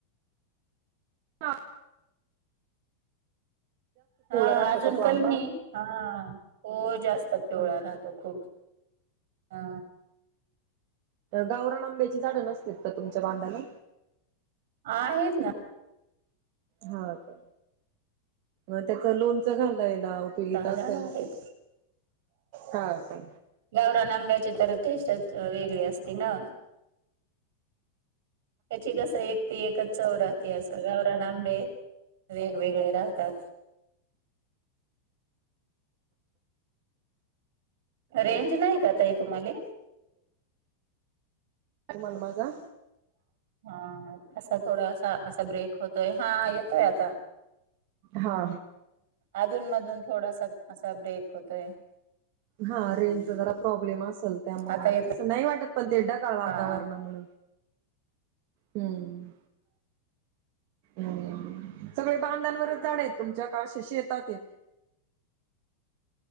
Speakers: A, on the right; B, on the right.
A: ह
B: हा
A: राहतो
B: अजून
A: का तो आंबा
B: कलमी हा हो जास्त पवळा
A: हा
B: राहतो खूप हा
A: गावरा आंब्याची झाडं नसत का तुमच्या बांधाला
B: आहेत ना
A: हा का अ त्याच लोणच घाललं याला उपयोगीता असताल
B: झाडं
A: ना
B: आहेत.
A: ते हा का
B: गावरान आंब्याची तर टेस्टच वेगळी असते ना त्याची कस एक ती एकच चौ राहती असं गावरा नांबे वेगवेगळे राहतात रेंज नाही का तई तुम्हाला
A: काय मल मागा
B: हा असा थोडासा असा ब्रेक होतोय हा येतोय आता
A: हा
B: अधून मधून थोडासा असा ब्रेक होतोय
A: हा
B: हम्म
A: रेंजचा जरा प्रॉब्लेम असेल त्यामु
B: आता येतोय
A: तसं नाही वाटत पण ते ढकाळ वातावरणामुळ
B: हा
A: हम्म हम् सगळे बांधांवरच झाडे आहेत तुमच्या काशशी येतात य